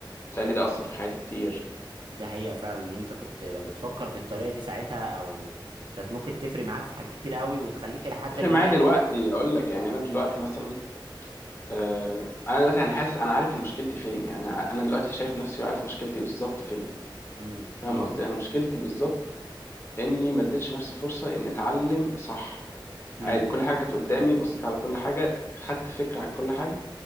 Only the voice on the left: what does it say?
بتهيألي ده
أثر في حياتي كتير
تفرق
معايا دلوقتي أقول لك يعني أنا دلوقتي مثلا آه أنا دلوقتي أنا حاسس أنا عارف إن مشكلتي فين يعني أنا أنا دلوقتي شايف نفسي وعارف مشكلتي بالظبط فين
فاهم
قصدي أنا مشكلتي بالظبط إني ما اديتش نفسي فرصة إني أتعلم صح
عادي كل حاجه كانت قدامي بصيت على كل حاجه خدت فكره عن كل حاجه